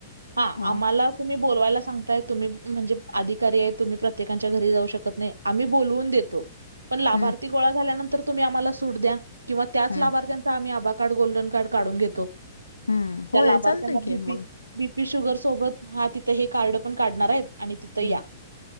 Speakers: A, on the right; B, on the left.
A: हा
B: हो
A: आम्हाला तुम्ही बोलवायला सांगताय तुम्ही म्हणजे अधिकारी आहे तुम्ही प्रत्येकांच्या घरी जाऊ शकत नाही. आम्ही बोलवून देतो. पण
B: हम्म
A: लाभार्थी गोळा झाल्यानंतर तुम्ही आम्हाला सूट द्या किंवा त्याच
B: हम्म
A: लाभारथ तर आम्ही आभा कार्ड गोल्डन कार्ड काढून घेतो
B: हम्म
A: त्या
B: होय
A: लाभार्थ्यांना
B: चालतंय की
A: बी पी
B: मग
A: बी पी शुगर सोबत हा तिथं हे कार्ड पण काढणार आहेत आणि तिथं
B: हम्म
A: या.